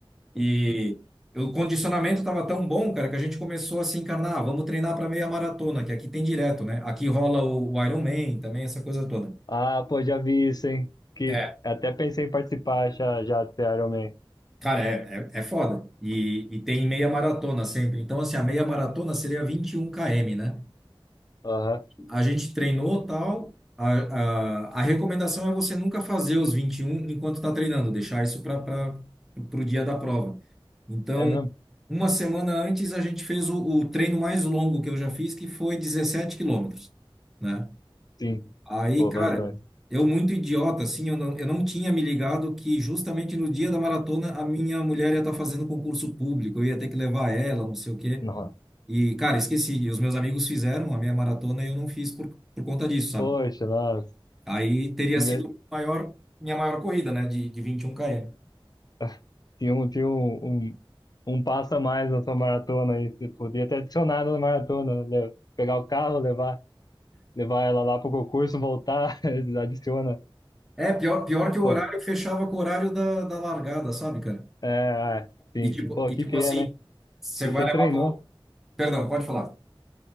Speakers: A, in the centre; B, on the left.
A: E o condicionamento tava tão bom, cara, que a gente começou a se encarnar, "Ah, vamos treinar para meia maratona, que aqui tem direto, né? Aqui rola o, o Iron Man também, essa coisa toda.
B: Ah, pô, já vi isso, hein? Que
A: É,
B: até pensei em participar já, já do Iron Man.
A: cara, é, é, é foda. E, e tem meia maratona sempre. Então, assim, a meia maratona seria 21 km, né?
B: Aham,
A: A gente treinou tal. A, a, a recomendação é você nunca fazer os 21 enquanto está treinando, deixar isso para o dia da prova. Então,
B: É mesmo?
A: uma semana antes, a gente fez o, o treino mais longo que eu já fiz, que foi 17 quilômetros, né?
B: Sim.
A: Aí,
B: Pô,
A: cara,
B: bastante.
A: eu muito idiota, assim, eu não, eu não tinha me ligado que justamente no dia da maratona a minha mulher ia estar fazendo concurso público, eu ia ter que levar ela, não sei o quê.
B: Nossa.
A: E, cara, esqueci. E os meus amigos fizeram a meia maratona e eu não fiz por, por conta disso, sabe?
B: Poxa, nossa.
A: Aí teria
B: Que
A: sido
B: ver-
A: maior, minha maior corrida, né? De, de vinte e um km.
B: <laughs> Tinha um, tinha um, um, um passo a mais na sua maratona aí. Você podia ter adicionado na maratona. né? Pegar o carro, levar, levar ela lá pro concurso, voltar, <laughs> adiciona.
A: É, pior, pior que o
B: Pô,
A: horário fechava com o horário da, da largada, sabe, cara?
B: é, é, sim.
A: E tipo,
B: Pô,
A: e
B: que
A: tipo
B: pena,
A: assim,
B: hein?
A: você
B: E
A: vai
B: você
A: levar
B: treinou.
A: pro... Perdão, pode falar.